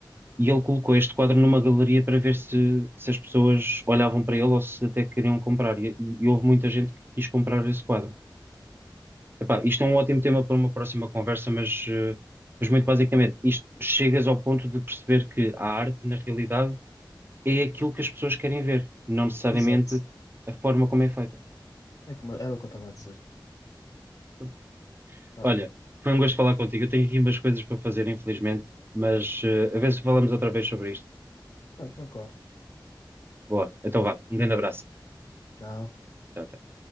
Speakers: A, on the right; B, on the left.
A: E ele colocou este quadro numa galeria para ver se, se as pessoas olhavam para ele ou se até queriam comprar. E, e- e houve muita gente que quis comprar esse quadro. Epá,
B: Pá,
A: isto é um ótimo tema para uma próxima conversa, mas, eh, mas
B: concordo.
A: muito basicamente, isto chegas ao ponto de perceber que a arte, na realidade, é aquilo que as pessoas querem ver, não necessariamente
B: Exato.
A: a forma como é feita.
B: É como, era o que eu estava a dizer.
A: Portanto,
B: Pá,
A: Olha, foi um gosto falar contigo. Eu tenho aqui umas coisas para fazer, infelizmente, mas eh, a ver se falamos outra vez sobre isto.
B: pronto, concordo.
A: Boa, então vá, um grande abraço.
B: Tchau.
A: Tchau, tchau.